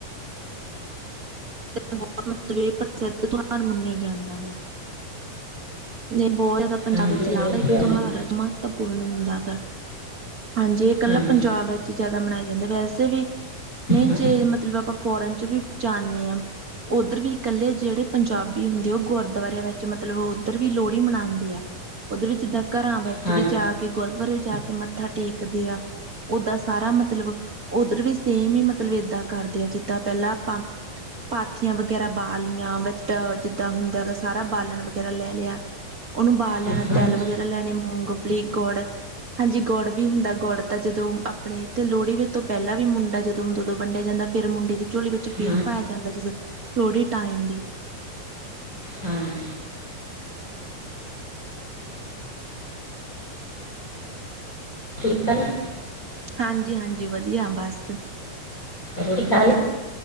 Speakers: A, on the right; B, on the left.
A: <inaudible> ਬਹੁਤ ਮਤਬ ਪ੍ਰਸਿੱਧ ਤੁ ਰ ਮੰਨਿਆ ਜਾਂਦਾ ਵਾ। ਜੇ ਬਹੁਤ ਜ਼ਿਆਦਾ ਪੰਜਾਬ
B: ਹਾਂਜੀ
A: ਵਿੱਚ
B: ਵਧੀਆ
A: ਲਾਭਦਾਇੱਕ
B: ਹੁੰਦਾ।
A: ਤਿਉਹਾਰ ਐ। ਮਹੱਤਵਪੂਰਨ ਹੁੰਦਾ ਵਾ। ਹਾਂਜੀ, ਇਹ ਕੱਲਾ
B: ਹਾਂਜੀ
A: ਪੰਜਾਬ ਵਿੱਚ ਈ ਜ਼ਿਆਦਾ ਮਨਾਇਆ ਜਾਂਦਾ। ਵੈਸੇ ਵੀ ਨਹੀਂ
B: ਹਾਂ,
A: ਜੇ ਮਤਲਬ, ਆਪਾਂ ਫੌਰਨ 'ਚ ਵੀ ਜਾਂਨੇ ਆ ਉੱਧਰ ਵੀ ਇਕੱਲੇ ਜਿਹੜੇ ਪੰਜਾਬੀ ਹੁੰਦੇ, ਉਹ ਗੁਰਦੁਆਰਿਆਂ ਵਿੱਚ ਮਤਲਬ ਉੱਧਰ ਵੀ ਲੋਹੜੀ ਮਨਾਂਦੇ ਆ। ਉੱਧਰ ਵੀ ਜਿੱਦਾਂ ਘਰਾਂ ਵਿੱਚ
B: ਹਾਂਜੀ
A: ਵੀ ਜਾ ਕੇ, ਗੁਰਦੁਆਰੇ ਵੀ ਜਾ ਕੇ, ਮੱਥਾ ਟੇਕਦੇ ਆ। ਓਦਾਂ ਸਾਰਾ ਮਤਲਬ, ਉੱਧਰ ਵੀ ਸੇਮ ਈ ਮਤਲਬ, ਏਦਾਂ ਕਰਦੇ ਆ। ਜਿੱਦਾਂ ਪਹਿਲਾਂ ਆਪਾਂ ਪਾਥੀਆਂ ਵਗੈਰਾ ਬਾਲਣੀਆਂ, ਵਿੱਚ ਜਿੱਦਾਂ ਹੁੰਦਾ ਹੈਗਾ ਸਾਰਾ ਬਾਲਣ ਵਗੈਰਾ ਲੈ ਲਿਆ। ਉਹਨੂੰ ਬਾਲ ਲੈਣਾ,
B: ਹਾਂ, ਹਾਂਜੀ
A: ਤਿੱਲ ਵਗੈਰਾ ਲੈਣੇ, ਮੂੰਗਫਲੀ, ਗੁੜ ਹਾਂਜੀ, ਗੁੜ ਵੀ ਹੁੰਦਾ। ਗੁੜ ਤਾਂ ਜਦੋਂ, ਆਪਣੇ ਇੱਥੇ ਲੋਹੜੀ ਵੇ ਤੋਂ ਪਹਿਲਾਂ ਵੀ ਮੁੰਡਾ ਜਦੋਂ ਹੁੰਦਾ, ਉਦੋਂ ਵੰਡਿਆ ਜਾਂਦਾ। ਫੇਰ ਮੁੰਡੇ ਦੀ ਝੋਲੀ ਵਿੱਚ, ਫੇਰ
B: ਹਾਂਜੀ
A: ਪਾਇਆ ਜਾਂਦਾ ਜਦੋਂ ਲੋਹੜੀ ਟਾਈਮ ਵੀ।
B: ਹਾਂਜੀ। ਕੀਤਾ ਨੀ।
A: ਹਾਂਜੀ-ਹਾਂਜੀ, ਵਧੀਆਂ ਬਸ।
B: ਰੋਟੀ ਖਾ ਲੀ?